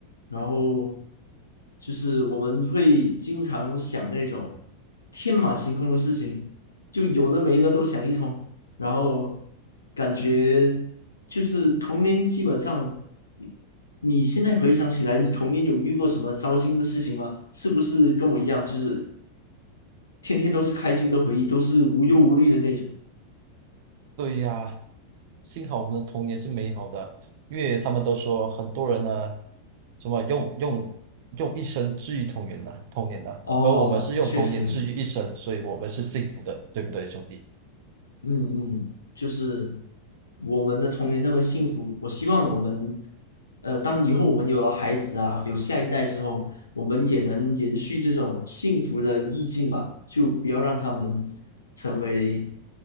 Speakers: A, on the left (about 75°); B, on the right (about 50°).
A: 然后就是我们会经常想那种天马行空的事情，就有的没的都想一通。然后感觉就是童年，基本上你现在回想起来，你童年有遇过什么糟心的事情吗？是不是跟我一样，就是天天都是开心的回忆，都是无忧无虑的那种？
B: 对呀，幸好我们的童年是美好的，因为他们都说很多人呢，什么用用用一生治愈童年呐，童年呐，
A: 哦，
B: 而我们是用童年治愈一生，
A: 确实，
B: 所以我们是幸福的，对不对，兄弟？
A: 嗯嗯，就是我们的童年那么幸福，我希望我们，呃，当以后我们有了孩子啊，有下一代之后，我们也能延续这种幸福的意境吧，就不要让他们成为